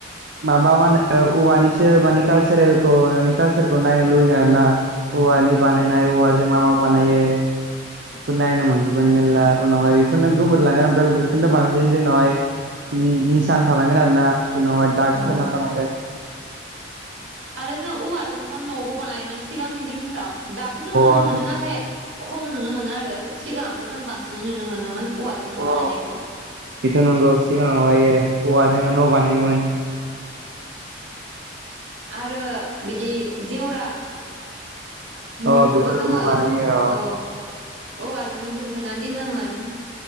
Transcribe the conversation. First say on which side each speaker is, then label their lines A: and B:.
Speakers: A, on the right (about 65°); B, on the right (about 85°).
A: माबा मा होनो औवानिसो माने कालसारेलखौ नोंनि कालसारखौ नायनो लुुबैयो आरोना औवानि बानायनाय औवाजों मा मा बानायो बेफोर नायनो मोनजोबगोन मेरला उनावहाय बेफोरनो गोमोरलांगोन ओमफ्राय बेफोरनो बांसिन जोंनावहाय उम-निसान थालांगोन आरो ना जोंनावहाय दाग
B: औ
A: होना थालांगोन
B: आरो जों औवाजोंथ' न'बो बानायोमोन सिगांनि दिनफोराव दाबो जों नुनो
A: अन
B: मोनो नाथाय खम नुनो मोनो आरो सिगाङावथ' जों बांसिनै नुनो मोनोमोन। औवाजों न'
A: अ
B: बानायनायखौ
A: बेथ' नंगौ सिगाङावहायो औवाजोंनो न' बानायोमोन।
B: आरो बिदि जेवरा न'खौबो
A: अ बेफोरखौबो
B: जोङो
A: बानायो अ
B: औ औवाजोंनो दुमथायनानै दोनोमोन। <inaudible>